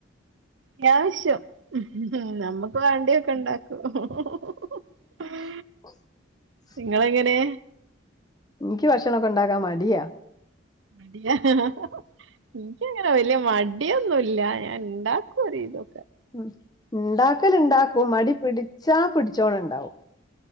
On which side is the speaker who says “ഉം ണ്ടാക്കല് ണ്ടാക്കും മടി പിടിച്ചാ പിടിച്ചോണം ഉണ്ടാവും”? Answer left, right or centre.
Left